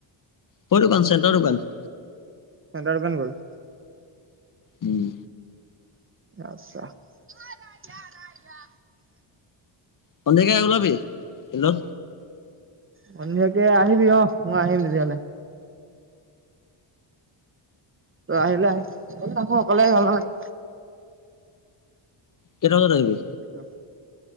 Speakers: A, on the left; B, on the right.
A: সৰু দোকান চেণ্টাৰ দোকান।
B: চেন্টাৰ দোকান গ'ল।
A: উম!
B: আচ্ছা! ঐ ৰাজা ৰাজা ৰাজা।
A: সন্ধিয়াকে ওলাবি ফিল্ডত?
B: সন্ধিয়াকে আহিবি, অ'হ মই আহি তেতিয়াহ'লে। তই আহিলে আহিম, অকলে নাহোঁ অকলে আহি ভাল নালাগে।
A: কেইটা বজাত আহিবি?
B: কিয়।